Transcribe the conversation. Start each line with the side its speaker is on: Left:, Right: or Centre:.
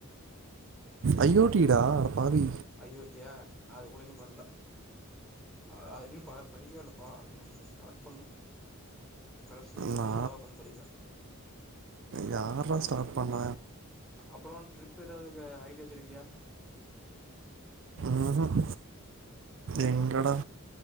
Right: ஐ யோ டிடா அடப்பாவி
Centre: ஐ ஓ டியா நா அது கூட இன்னு பண்ல அ அது இன்னு ப படிக்கவே இல்லப்பா ம் ஸ்டார்ட் பண்ணு கடசி மூன்
Right: நா
Centre: நாள தா உக்காந்து படிப்பே
Right: யார்ரா ஸ்டார்ட் பண்ண
Centre: அப்றோ ட்ரிப் ஏதாவுதுக்கு ஐடியா வச்சிருக்கியா
Right: ஆஹூம்
Centre: ஹலோ
Right: எங்கடா